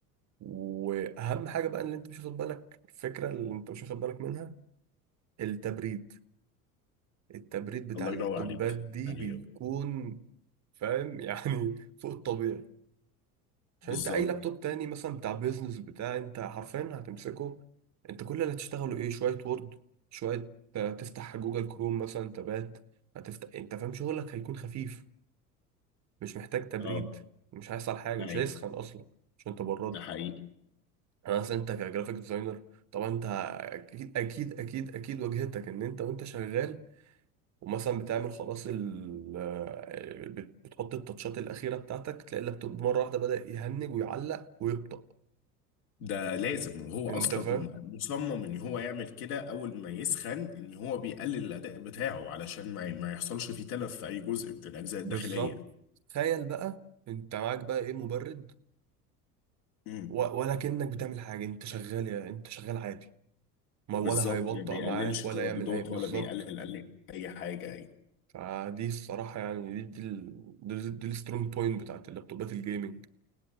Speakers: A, on the right; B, on the left.
A: واهم حاجه بقى اللي انت مش واخد بالك الفكره اللي انت مش واخد بالك منها التبريد التبريد بتاع
B: الله
A: اللابتوبات
B: ينور عليك
A: دي
B: ايوه
A: بيكون فاهم <laughs> يعني فوق الطبيعي عشان
B: بالظبط
A: انت اي لابتوب تاني مثلا بتاع بيزنس بتاع انت حرفيا هتمسكه انت كل اللي هتشتغله ايه شويه وورد شويه آه، تفتح جوجل كروم مثلا تبات هتفتح انت فاهم شغلك هيكون خفيف مش محتاج تبريد
B: اه
A: مش هيحصل حاجه
B: ايوه
A: مش هيسخن اصلا عشان تبرده
B: ده حقيقي
A: انا اصلا انت كجرافيك ديزاينر طبعا انت اكيد اكيد اكيد اكيد واجهتك ان انت وانت شغال ومثلا بتعمل خلاص ال آه، بت- بتحط التاتشات الاخيره بتاعتك تلاقي اللابتوب مره واحده بدأ يهنج ويعلق ويبطأ
B: ده لازم وهو
A: انت
B: اصلا
A: فاهم
B: مصمم ان هو يعمل كده اول ما يسخن ان هو بيقلل الاداء بتاعه علشان ما ما يحصلش فيه تلف في اي جزء من الاجزاء الداخليه
A: بالظبط تخيل بقى انت معاك بقى ايه مبرد
B: امم
A: و- ولا كأنك بتعمل حاجه انت شغال يا انت شغال عادي ما ولا
B: بالظبط
A: هيبطأ
B: ما بيقللش
A: معاك ولا
B: ترددات
A: يعمل اي بالظبط
B: ولا بيقلل قل- اي حاجه اي
A: فدي الصراحه يعني دي دي ال- دي, دي السترونج بوينت بتاعت اللابتوبات الجيمنج